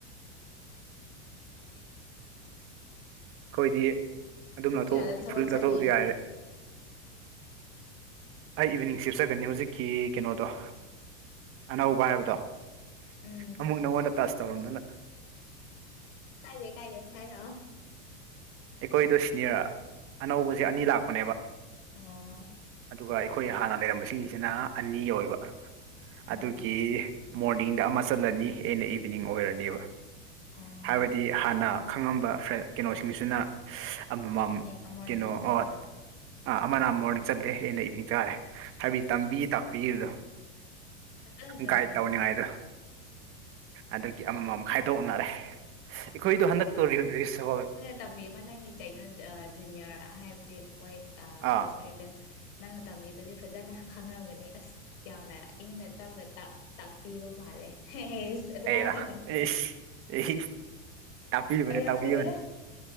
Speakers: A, on the right; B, on the left.
A: ꯑꯩꯈꯣꯏꯗꯤ ꯑꯗꯨꯝ
B: ꯄꯨꯡ
A: ꯂꯧꯊꯣꯛ
B: ꯀꯌꯥꯗ ꯊꯕꯛ
A: ꯐꯨꯔꯤꯠ
B: ꯆꯠꯅꯤ
A: ꯂꯧꯊꯣꯛꯑꯁꯨ
B: ꯍꯌꯦꯡ
A: ꯌꯥꯔꯔꯦ ꯑꯩ ꯏꯚꯤꯅꯤꯡ ꯆꯦꯞꯆꯀꯅꯤ ꯍꯧꯖꯤꯛꯀꯤ ꯀꯩꯅꯣꯗꯣ ꯑꯅꯧꯕ ꯍꯥꯏꯕꯗꯣ
B: ꯎꯝ
A: ꯑꯃꯨꯛ ꯅꯉꯣꯟꯗ ꯇꯆ ꯇꯧꯔꯝꯗꯅ
B: ꯀꯥꯏꯗꯦ ꯀꯥꯏꯗꯦ ꯍꯥꯏꯔꯛꯑꯣ
A: ꯑꯩꯈꯣꯏꯗꯣ ꯁꯤꯅꯤꯌꯔ ꯑꯅꯧꯕꯁꯦ ꯑꯅꯤ ꯂꯥꯛꯄꯅꯦꯕ
B: ꯑꯣ
A: ꯑꯗꯨꯒ ꯑꯩꯈꯣꯏ ꯍꯥꯟꯅ ꯂꯩꯔꯝꯕꯁꯤꯡꯁꯤꯅ ꯑꯅꯤ ꯑꯣꯏꯕ
B: ꯑꯣ
A: ꯑꯗꯨꯒꯤ ꯃꯣꯔꯅꯤꯡꯗ ꯑꯃ ꯆꯠꯂꯅꯤ ꯑꯦꯟꯅ ꯏꯚꯤꯅꯤꯡ ꯑꯣꯏꯔꯅꯦꯕ
B: ꯑꯣ
A: ꯍꯥꯏꯕꯗꯤ ꯍꯥꯟꯅ ꯈꯪꯉꯝꯕ ꯐ꯭ꯔꯦꯟ ꯀꯩꯅꯣꯁꯤꯡꯁꯤꯅ ꯑꯃꯃꯝ
B: ꯏꯚꯤꯅꯤꯡ ꯃꯣꯔꯅꯤꯡꯗ
A: ꯀꯩꯅꯣ
B: ꯆꯠꯄ
A: ꯑꯣ ꯑꯥ ꯑꯃꯅ ꯃꯣꯔꯅꯤꯡ ꯆꯠꯂꯦ ꯑꯦꯟꯅ ꯏꯚꯅꯤꯡ ꯆꯥꯔꯦ ꯍꯥꯏꯕꯗꯤ ꯇꯝꯕꯤ ꯇꯥꯛꯄꯤꯗꯣ
B: ꯐꯖꯅ ꯇꯝꯕꯤꯌꯣ
A: ꯒꯥꯏꯠ ꯇꯧꯅꯤꯉꯥꯏꯗꯨ ꯍꯟꯗꯛꯗꯒꯤ ꯑꯃꯃꯝ ꯈꯥꯏꯗꯣꯛꯅꯔꯦ ꯑꯩꯈꯣꯏꯗꯣ ꯍꯟꯗꯛꯇꯣꯔꯤꯁꯦꯕꯜ
B: ꯇꯝꯃꯤꯕ ꯅꯪꯒꯤ ꯀꯩꯅꯣ ꯖꯨꯅꯤꯌꯔ ꯍꯥꯏꯕꯗꯤ ꯃꯣꯏ
A: ꯑꯥ
B: ꯄ꯭ꯔꯦꯁꯔꯗ ꯅꯪꯅ ꯇꯝꯕꯤꯕꯗꯤ ꯐꯖꯅ ꯈꯪꯔꯝꯒꯅꯤ ꯑꯁ ꯌꯥꯝꯅ ꯏꯪꯅ ꯇꯞꯅ ꯇꯥꯛꯄꯤꯕ ꯃꯥꯜꯂꯦ ꯑꯗꯨꯃꯥꯏꯅ
A: ꯑꯩꯔꯥ
B: ꯈꯜꯂꯦ
A: ꯑꯩꯁ ꯑꯩ ꯇꯥꯛꯄꯤꯕꯅꯤ
B: ꯑꯣꯏꯔꯝꯒꯅꯤꯗ
A: ꯇꯥꯛꯄꯤꯕꯅꯤ